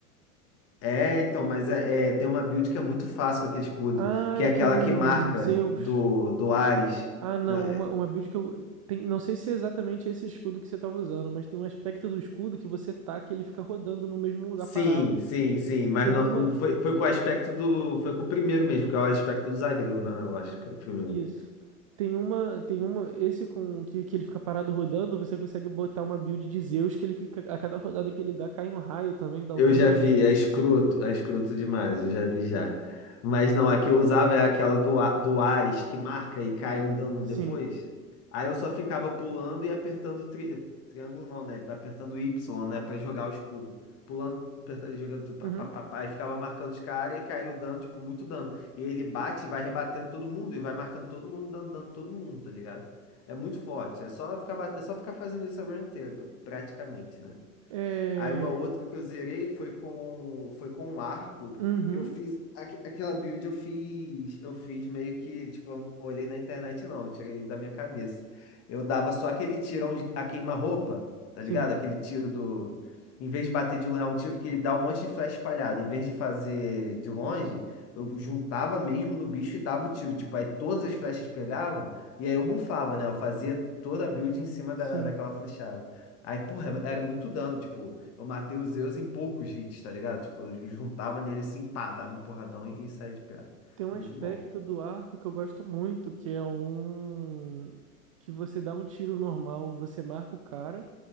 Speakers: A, on the left; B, on the right.
A: É, então, mas é, é- tem uma build que é muito fácil com aquele escudo,
B: Ah,
A: que é aquela
B: com
A: que marca
B: Zeus.
A: do, do Ares.
B: Ah, não,
A: Não, é-
B: uma, uma build que eu. Tem, não sei se é exatamente esse escudo que você tava usando, mas tem um aspecto do escudo que você taca e ele fica rodando no mesmo lugar
A: Sim,
B: parado.
A: sim, sim, mas
B: Tem
A: não,
B: uma.
A: não foi, foi com o aspecto do. Foi com o primeiro mesmo, que é o aspecto do Zagreu, né? Eu acho que é o primeiro.
B: Isso. Tem uma. Tem uma. Esse com que, que ele fica parado rodando, você consegue botar uma build de Zeus que ele fica. A cada rodada que ele dá, cai um raio também, dá
A: Eu
B: um dano
A: já
B: maneiro.
A: vi, é escroto, é escroto demais, eu já vi já. Mas não, a que eu usava é aquela do, A- do Ares que marca e cai um dano
B: Sim.
A: depois. Aí eu só ficava pulando e apertando tri- triângulo, não, né? Apertando Y, né? Pra jogar o escudo. Pulando, apertando, jogando, tudo, pá,
B: Uhum.
A: pá, pá, pá, e ficava marcando os caras e caiu dano, tipo, muito dano. E ele bate e vai rebatendo todo mundo e vai marcando todo mundo, dando dano todo mundo, tá ligado? É muito forte. É só ficar, bate- é só ficar fazendo isso a run inteira, pra- praticamente, né?
B: É...
A: Aí uma outra que eu zerei foi com foi com um arco.
B: Uhum.
A: Eu fiz aque- aquela build eu fiz, eu fiz meio que, tipo, eu não olhei na internet não, eu tirei da minha cabeça. Eu dava só aquele tirão de a queima-roupa, tá
B: Sim,
A: ligado? Aquele tiro do em vez de bater de é um tiro que ele dá um monte de flecha espalhada, em vez de fazer de longe, eu juntava mesmo no bicho e dava o tiro, tipo, aí todas as flechas pegavam e aí eu bufava, né? Eu fazia toda a build em cima
B: sim.
A: da, daquela flechada. Aí, porra, era muito dano, tipo, eu matei o Zeus em poucos hits, tá ligado? Tipo, eu juntava nele assim, pá, dava um porradão e, e saía de perto.
B: Tem um
A: Muito
B: aspecto
A: bom.
B: do arco que eu gosto muito, que é um... Que você dá um tiro normal, você marca o cara,